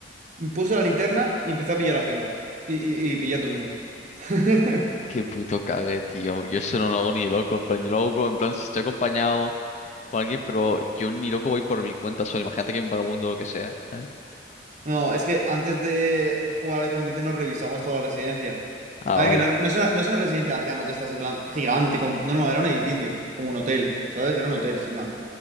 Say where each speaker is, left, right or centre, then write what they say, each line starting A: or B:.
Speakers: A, on the right; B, on the left.
A: me puse la linterna y empecé a pillar a gente. Y, y, y pillé a todo el mundo. <laughs>
B: Qué puto cague, tío. Yo eso no lo hago ni de loco. En plan, yo lo hago en plan si estoy acompañado por alguien, pero yo ni loco voy por mi cuenta solo. Imagínate que hay un vagabundo o lo que sea. ¿sabes?
A: No, es que antes de jugar al escondite nos revisamos toda la residencia.
B: Ah,
A: A
B: vale.
A: ver, que no, no es una, no es una residencia de ancianos, te estás en plan gigante. Con... No, no, era un edificio, como un hotel, ¿sabes? Era un hotel, sin más.